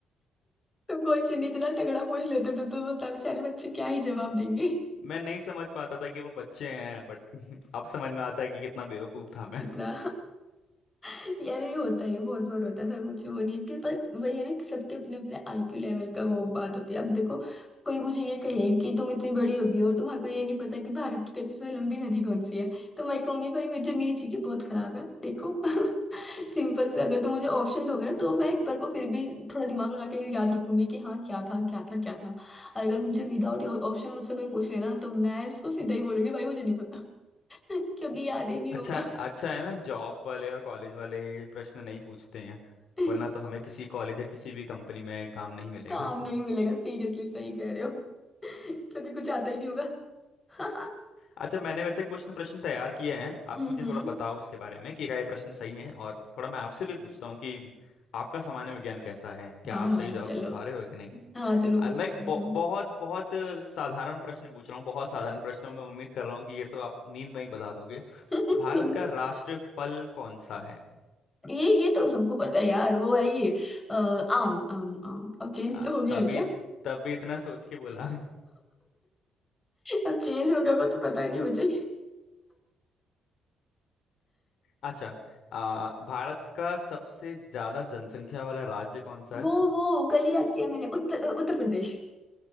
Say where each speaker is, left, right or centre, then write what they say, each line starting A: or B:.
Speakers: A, on the left (about 20°); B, on the left (about 70°).
A: तुम क्वेश्चन इतना तगड़ा पूछ लेते थे तो बता बेचारे बच्चे क्या ही जवाब देंगे
B: मैं नहीं समझ पाता था कि वो बच्चे हैं बट <laughs> अब समझ में आता है कि कितना बेवकूफ था मैं
A: इतना <laughs> यार ये होता है ये बहुत बार होता है सर मुझे वो नहीं है कि पर वही है ना कि सबके अपने अपने आईक्यू लेवल का वो बात होती है अब देखो कोई मुझे ये कहे कि तुम इतनी बड़ी होगी और तुम्हारे को ये नहीं पता कि भारत की सबसे लंबी नदी कौन सी है तो मैं कहूंगी भाई मुझे मेरी चीजें बहुत खराब है देखो <laughs> सिंपल से अगर तुम मुझे ऑप्शन दोगे ना तो मैं एक बार को फिर भी थोड़ा दिमाग लगा के याद रखूंगी कि हाँ क्या था क्या था क्या था और अगर मुझे विदाउट ऑप्शन मुझसे कोई पूछ लेना तो मैं उसको सीधा ही बोलूंगी भाई मुझे नहीं पता <laughs> क्योंकि याद ही नहीं
B: अच्छा
A: होगा
B: अच्छा है ना जॉब वाले और कॉलेज वाले ये प्रश्न नहीं पूछते हैं
A: <laughs>
B: वरना तो हमें किसी कॉलेज या किसी भी कंपनी में काम नहीं मिलेगा
A: काम नहीं मिलेगा सीरियसली सही कह रहे हो <laughs> क्योंकि कुछ आता ही नहीं होगा <laughs>
B: <laughs> अच्छा मैंने वैसे कुछ न प्रश्न तैयार किए हैं आप
A: हम्म
B: मुझे थोड़ा बताओ इसके बारे में कि क्या ये प्रश्न सही है और थोड़ा मैं आपसे भी पूछता हूँ कि आपका सामान्य विज्ञान कैसा है क्या
A: हाँ
B: आप
A: हाँ
B: सही जवाब
A: चलो
B: दे पा रहे हो कि नहीं
A: हाँ चलो
B: आ,
A: पूछ
B: मैं एक
A: पूछो
B: बहु- बहुत बहुत अ, साधारण प्रश्न पूछ रहा हूँ बहुत साधारण प्रश्नों में उम्मीद कर रहा हूँ कि ये तो आप नींद में ही बता दोगे
A: <laughs>
B: भारत
A: नींदर
B: का राष्ट्रीय फल कौन सा है
A: ये ये तो सबको पता है यार वो है ये अ, आम आम आम अब चेंज
B: आ,
A: तो हो गया
B: तभी
A: है क्या
B: तभी इतना सोच के बोला
A: अब चेंज हो गया वो तो पता नहीं मुझे
B: अच्छा आ, भारत का सबसे ज्यादा जनसंख्या वाला राज्य कौन सा है
A: वो वो कल ही याद किया मैंने उत्तर उत्तर प्रदेश